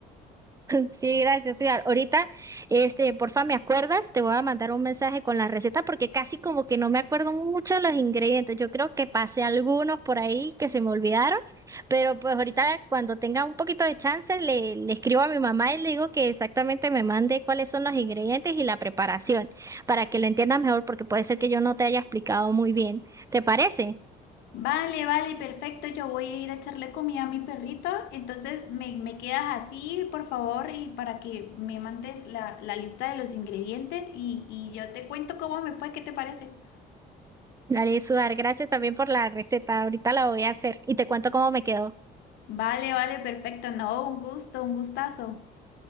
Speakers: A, on the right (about 20°); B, on the left (about 85°).
A: <laughs> Sí, gracias, Edgar. Ahorita, este, porfa, ¿me acuerdas? Te voy a mandar un mensaje con la receta porque casi como que no me acuerdo mucho los ingredientes. Yo creo que pasé algunos por ahí que se me olvidaron, pero pues ahorita cuando tenga un poquito de chance le, le escribo a mi mamá y le digo que exactamente me mande cuáles son los ingredientes y la preparación para que lo entiendas mejor porque puede ser que yo no te haya explicado muy bien. ¿Te parece?
B: Vale, vale, perfecto. Yo voy a ir a echarle comida a mi perrito. Entonces me, me quedas así, por favor, y para que me mandes la, la lista de los ingredientes y, y yo te cuento cómo me fue, ¿qué te parece?
A: Dale, Suar, gracias también por la receta. Ahorita la voy a hacer y te cuento cómo me quedó.
B: Vale, vale, perfecto. No, un gusto, un gustazo.